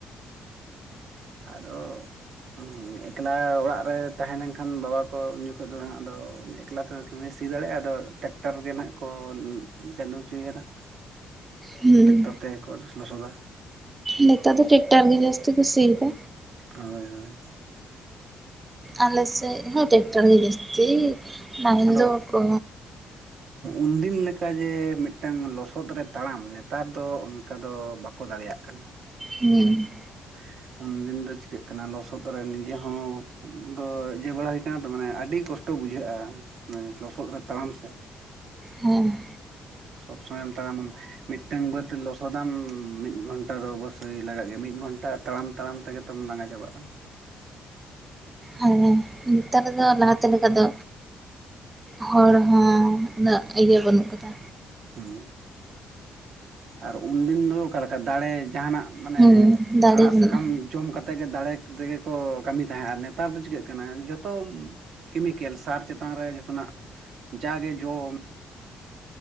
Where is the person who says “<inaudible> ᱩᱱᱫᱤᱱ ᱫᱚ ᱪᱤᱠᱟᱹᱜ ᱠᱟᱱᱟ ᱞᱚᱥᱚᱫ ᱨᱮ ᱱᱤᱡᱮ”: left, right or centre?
Right